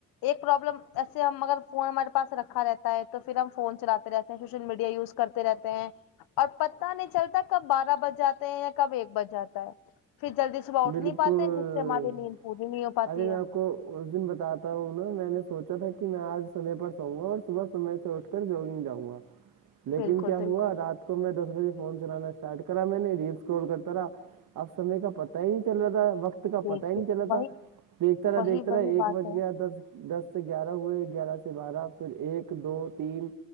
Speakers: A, on the left (about 80°); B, on the right (about 70°).
A: ایک پرابلم ایسے ہم اگر فون ہمارے پاس رکھا رہتا ہے تو پھر ہم فون چلاتے رہتے ہیں سوشل میڈیا یوز کرتے رہتے ہیں اور پتا نہیں چلتا کب بارہ بج جاتے ہیں یا کب ایک بج جاتا ہے پھر جلدی صبح اٹھ
B: بالکل
A: نہیں پاتے جس سے ہماری نیند پوری نہیں ہو پاتی
B: ارے میں
A: ہے
B: آپ اس دن بتا تا ہوں انہوں میں نے سوچا تھا کہ میں آج سمے پر سوؤوں گا اور صبح سے اٹھ کر کل جوگن جاؤ گا لیکن
A: بالکل
B: کیا ہوا
A: بالکل
B: رات کو میں دس بجے فون چلانا اسٹارٹ کرا میں نے ریسکرال کرتا رہا اب سمے کا پتا پتا ہی نہیں چل رہا تھا وقت کا
A: دیکھیے
B: پتا ہی نہیں چلا
A: وہی
B: تھا دیکھتا رہا
A: وہی
B: دیکھتا
A: وہی
B: رہا ایک
A: بات
B: بج
A: ہے
B: گیا دس دس سے گیارہ ہوئے گیارہ سے بارہ پھر ایک دو تین